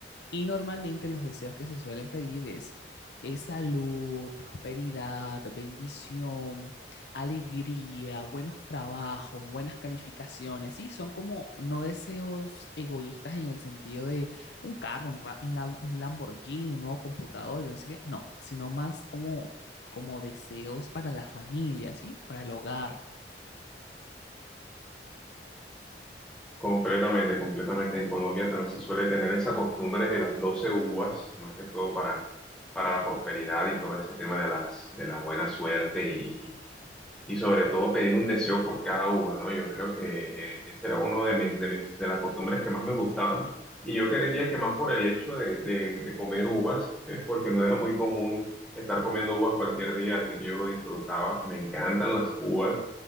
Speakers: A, on the left; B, in the centre.
A: Y normalmente los deseos que se suelen pedir es, es salud, prosperidad, bendición, alegría, buenos trabajos, buenas calificaciones, ¿sí? Son como no deseos egoístas en el sentido de un carro, un, ra- un la- un Lamborghini, un nuevo computador, yo no sé qué, no, sino más como, como deseos para la familia, ¿sí? Para el hogar.
B: Completamente, completamente. En Colombia también se suele tener esa costumbre de las 12 uvas, más que todo para, para la prosperidad y todo ese tema de las, de la buena suerte y, Y sobre todo pedir un deseo por cada uva, ¿no? Yo creo que eh, ese era uno de mis, de mis, de las costumbres que más me gustaban. Y yo creería que más por el hecho de, de, de comer uvas, <laughs> es porque no era muy común estar comiendo uvas cualquier día, así que yo lo disfrutaba. Me encantan las uvas